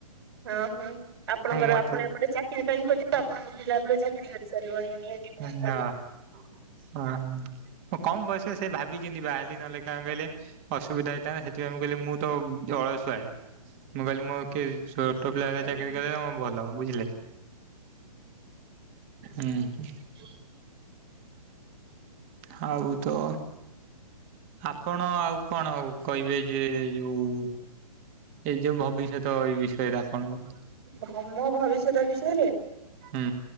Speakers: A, on the right; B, on the right.
A: ହଁ ହଁ ଆପଣଙ୍କର
B: ମତେ
A: ଆପଣ ଏପଟେ ଚାକିରି ପାଇଁ ଖୋଜିବେ ଆପଣଙ୍କ ପିଲା ହେପଟେ ଚାକିରି କରିସାରିବଣି। ବହୁତ
B: ଆ ହଁ ହଁ। ମୁଁ କମ୍ ବୟସରେ ସେ ଭାବିଚିନ୍ତି ବାହା ହେଲି ନହେଲେ କଣ କହିଲେ ଅସୁବିଧା ହେଇଥାନ୍ତା ସେଥିପାଇଁ ମୁଁ କହିଲି ମୁଁ ତ ଅଳସୁଆଟା ମୁଁ କହିଲି ମୋ କିଏ ଛୋଟ ପିଲା
A: ବଢିଆ।
B: ଚାକିରୀ କରିବ ମୋ ଭଲ ବୁଝିଲେ। ହୁଁ।
A: <inaudible>
B: ହାଉ ତ ଆପଣ ଆଉ କଣ କହିବେ ଯେ ଯୋଉ ଏଇ ଯୋଉ ଭବିଷ୍ୟତ ଏଇ ବିଷୟରେ ଆପଣଙ୍କର
A: ଭ ମୋ ଭବିଷ୍ୟତା ବିଷୟରେ
B: ହୁଁ।